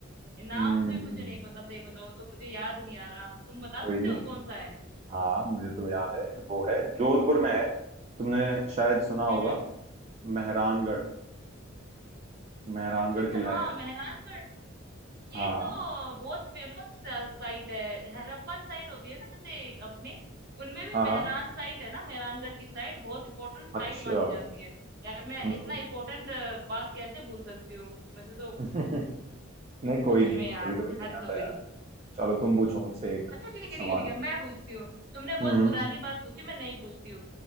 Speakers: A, on the right (about 50°); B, on the right (about 30°).
A: नाम
B: हम्म
A: भी मुझे नहीं पता सही बताओ तो मुझे याद नहीं आ रहा तुम बता
B: कोई
A: सकते
B: नहीं
A: हो कौन सा है
B: हाँ मुझे तो याद है वो है जोधपुर में है तुमने शायद सुना होगा
A: हम्म हम्म।
B: मेहरानगढ़ मेहरानगढ़
A: अच्छा अच्छा
B: किला
A: हाँ
B: है
A: मेहरानगढ़ ये
B: हाँ
A: तो बहुत फेमस साइट है हड़प्पन साइट होती है ना जैसे अपने उनमें भी
B: हाँ हाँ
A: मेहरान साइट है ना मेहरानगढ़ की साइट बहुत इंपॉर्टेंट साइट
B: अच्छा
A: मानी जाती है यार मैं
B: हम्म
A: इतना इंपॉर्टेंट बात कैसे भूल सकती हूँ मुझे तो
B: <laughs> नहीं कोई
A: सच
B: नहीं
A: में यार
B: कभी कभी
A: हद
B: नहीं आता
A: हो गई
B: यार चलो तुम पूछो मुझसे एक
A: अच्छा ठीक है
B: सवाल
A: ठीक है ठीक है मैं पूछती हूँ तुमने बहुत
B: हम्म
A: पुरानी बात पूछी मैं नहीं पूछती हूँ